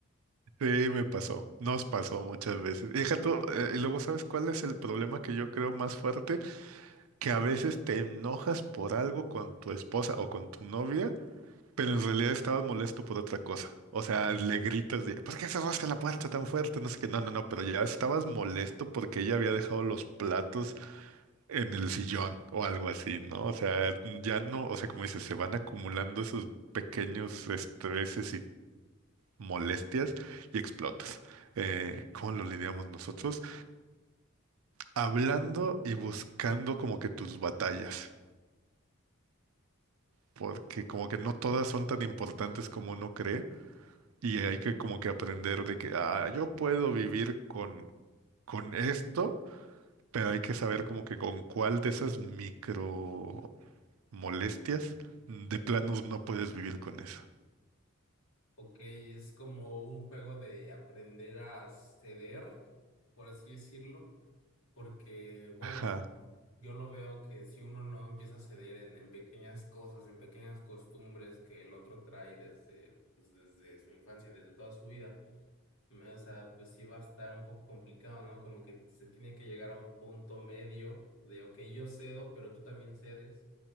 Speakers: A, on the right; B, on the left.
A: Sí, me pasó, nos pasó muchas veces. Y Deja tú, eh, y luego sabes cuál es el problema que yo creo más fuerte, que a veces te enojas por algo con tu esposa o con tu novia, pero en realidad estabas molesto por otra cosa. O sea, le gritas de, ¿por qué cerraste la puerta tan fuerte? No sé qué, no, no, no, pero ya estabas molesto porque ella había dejado los platos en el sillón o algo así, ¿no? O sea, ya no, o sea, como dices, se van acumulando esos pequeños estreses molestias y explotas. Eh, ¿cómo lo lidiamos nosotros? Hablando y buscando como que tus batallas, porque como que no todas son tan importantes como uno cree y hay que como que aprender de que, ah, yo puedo vivir con, con esto, pero hay que saber como que con cuál de esas micro molestias de planos no puedes vivir con eso.
B: Ok, es como un juego de aprender a ceder, por así decirlo, porque, bueno,
A: Ajá.
B: yo lo veo que si uno no empieza a ceder en, en pequeñas cosas, en pequeñas costumbres que el otro trae desde, pues, desde su infancia, desde toda su vida, me- o sea, pues sí va a estar un poco complicado, ¿no? Como que se tiene que llegar a un punto medio de, ok, yo cedo, pero tú también cedes